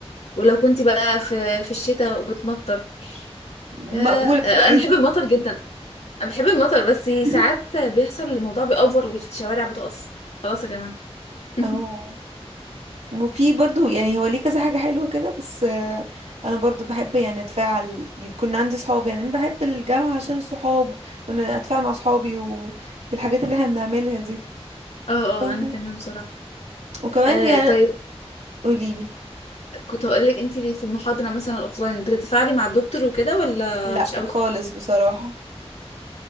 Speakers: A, on the left (about 75°); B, on the right (about 85°).
A: ولو كنت بقى في في الشتاء وبتمطر
B: مقبولة
A: يا-
B: شوية
A: أنا بحب المطر جدا أنا بحب المطر بس
B: <laughs>
A: ساعات بيحصل الموضوع بيأوفر والشوارع بتقف خلاص يا جماعة <laughs>
B: اه وفي برضو يعني هو ليه كذا حاجة حلوة كده بس آه، انا برضو بحب يعني اتفاعل يكون عندي صحاب يعني انا بحب الجامعة عشان الصحاب وان أنا اتفاعل مع صحابي و... والحاجات اللي احنا بنعملها دي
A: اه
B: فاهمة
A: اه أنا كمان بصراحة
B: وكمان
A: آه
B: يعني
A: طيب
B: قوليلي
A: كنت هقولك انتي في المحاضرة مثلا الأوفلاين بتتفاعلي مع الدكتور وكده ولا
B: لا
A: مش قوي؟
B: خالص بصراحة